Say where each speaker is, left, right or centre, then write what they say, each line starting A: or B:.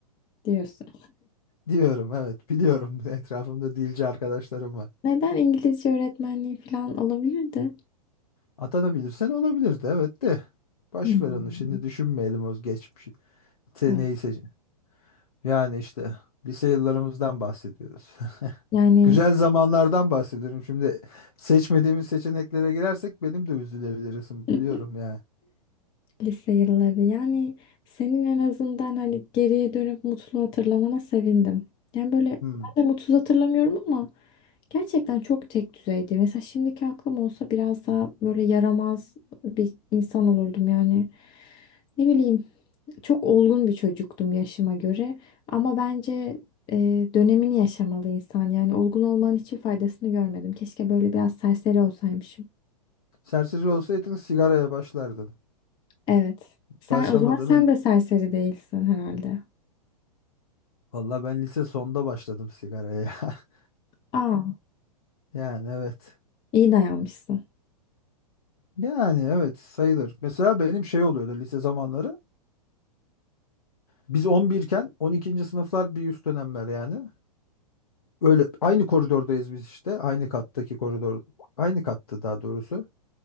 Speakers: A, on the left (about 25°); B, on the left (about 75°).
A: diyorsun.
B: Diyorum evet biliyorum. <laughs> Etrafımda dilci arkadaşlarım var.
A: Neden İngilizce öğretmenliği falan olabilirdi?
B: Atanabilirsen olabilirdi evet de. Boş
A: Hmm.
B: ver onu şimdi düşünmeyelim o geçmişi. Seneyi
A: Evet.
B: seç. Yani işte lise yıllarımızdan bahsediyoruz. <laughs>
A: Yani
B: Güzel zamanlardan bahsediyorum. Şimdi seçmediğimiz seçeneklere girersek benim de üzülebilirsin
A: <laughs>
B: biliyorum ya.
A: lise yılları yani senin en azından hani geriye dönüp mutlu hatırlamana sevindim. Yani böyle
B: Hmm.
A: ben de mutsuz hatırlamıyorum ama gerçekten çok tek düzeydi. Mesela şimdiki aklım olsa biraz daha böyle yaramaz bir insan olurdum yani. Ne bileyim çok olgun bir çocuktum yaşıma göre. Ama bence e, dönemini yaşamalı insan. Yani olgun olmanın hiçbir faydasını görmedim. Keşke böyle biraz serseri olsaymışım.
B: Serseri olsaydın sigaraya başlardın.
A: Evet. Sen
B: Başlamadığını
A: o zaman sen de serseri değilsin herhalde.
B: valla ben lise sonda başladım sigaraya. <laughs>
A: Aa,
B: Yani evet.
A: iyi dayanmışsın.
B: Yani evet sayılır. Mesela benim şey oluyordu lise zamanları. Biz 11 iken 12. sınıflar bir üst dönemler yani. Öyle aynı koridordayız biz işte. Aynı kattaki koridor. Aynı kattı daha doğrusu.